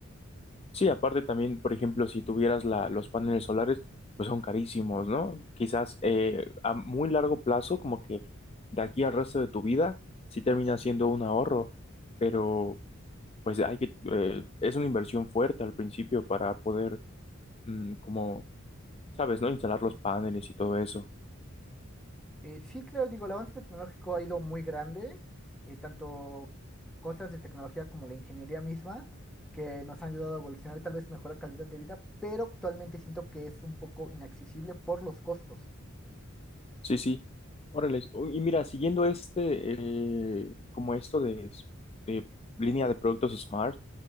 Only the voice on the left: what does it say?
Sí, aparte también, por ejemplo, si tuvieras la, los paneles solares, pues son carísimos, ¿no? Quizás eh, a muy largo plazo, como que de aquí al resto de tu vida, sí termina siendo un ahorro, pero pues hay que, eh, es una inversión fuerte al principio para poder, mm, como, sabes, ¿no? Instalar los paneles y todo eso.
Sí, sí. Órale. O- Y mira, siguiendo este, eh, como esto de, de línea de productos Smart,